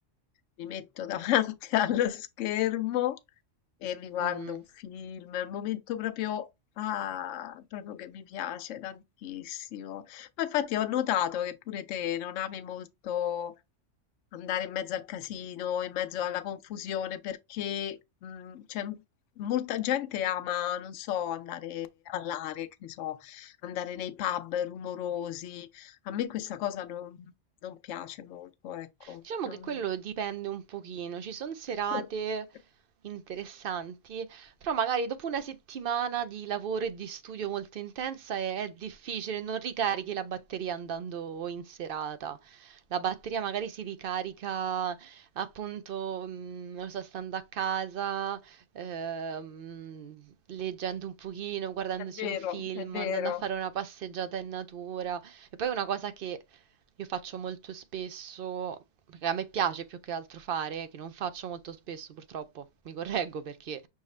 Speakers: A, on the left; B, on the right.
A: mi metto davanti <laughs> allo schermo e mi guardo
B: mm,
A: un film, è un momento proprio, ah, proprio che mi piace tantissimo. Ma infatti ho notato che pure te non ami molto andare in mezzo al casino, in mezzo alla confusione, perché mh, c'è m- molta gente ama, non so, andare a ballare, che ne so, andare nei pub rumorosi. A me questa cosa non, non piace molto, ecco.
B: Diciamo
A: non-
B: che quello dipende un pochino, ci sono serate
A: <laughs>
B: interessanti, però magari dopo una settimana di lavoro e di studio molto intensa è, è difficile, non ricarichi la batteria andando in serata. La batteria magari si ricarica appunto, mm, non so, stando a casa, ehm, leggendo un pochino, guardandosi
A: È vero,
B: un film,
A: è vero.
B: andando a fare una passeggiata in natura. E poi una cosa che io faccio molto spesso, perché a me piace più che altro fare, che non faccio molto spesso purtroppo, mi correggo perché